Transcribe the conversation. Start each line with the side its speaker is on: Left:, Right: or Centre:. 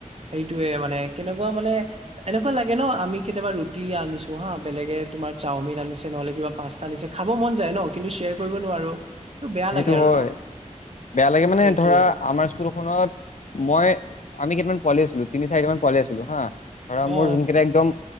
Right: সেইটোয়ে মানে কেনেকুৱা মানে এনেকুৱা লাগে ন আমি কেতিয়াবা ৰুটি আনিছো হা বেলেগে তোমাৰ চাওমিন আনিছে নহলে কিবা পাছতা আনিছে খাব মন যাই ন কিন্তু শ্বেয়াৰ কৰিব নোৱাৰো। টো বেয়া
Left: সেইটো
Right: লাগে আৰু
Left: হয়
Right: ন
Left: বেয়া লাগে মানে
Right: সেইটোয়ে
Left: ধৰা আমাৰ স্কুলখনত মই আমি কেইটামান পোৱালী আছিলো তিনি চাৰিটা মান পোৱালী আছিলো হা। ধৰা মোৰ
Right: অ
Left: জোনকেইটা একদম